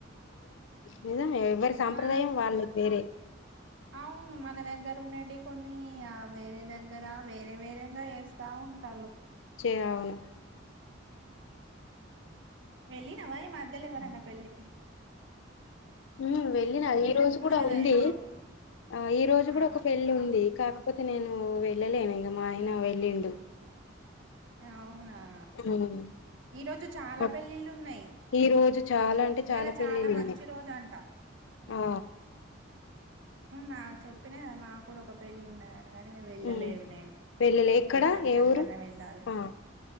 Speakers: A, on the left; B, on the right.
A: లేదా ఎవరి సాంప్రదాయం
B: ఆ
A: వాళ్ళకి వేరే
B: అవును మన దగ్గర ఉండేటివి కొన్ని వేరే దగ్గర వేరే వేరేగా వేస్తా ఉంటారు
A: చేయవును
B: వెళ్ళినావా ఈ మధ్య ల ఎవరైనా పెళ్లి కి
A: ఊ వెళ్ళిన ఈ రోజు కూడా
B: కదా
A: ఉంది
B: ఇప్పుడు
A: ఆ ఈ రోజు కూడా
B: ఆ
A: ఒక పెళ్లిి ఉంది కాక కాకపోతే నేను వెళ్ళలేను ఇక మా ఆయన వెళ్ళిండు
B: ఆ అవును ఆ
A: హ్మ్
B: ఈ రోజు చాలా
A: అప్
B: పెళ్ళిళ్ళు ఉన్నయి
A: ఈ రోజు చాలా అంటే
B: ఇయాల
A: పెళ్ళిళ్ళు
B: చాలా మంచి
A: ఉన్నాయి
B: రోజు అంట
A: ఆ
B: నాకు చెప్పిన కదా మాకు కూడ ఒక పెళ్ళి ఉన్నదని కాని వెళ్ళలేదు
A: హ్మ్
B: నేను
A: వెళ్ళలే ఎక్కడ
B: రిసప్షన్
A: ఏ ఊరు
B: కన్నా వెళ్ళాలి
A: ఆ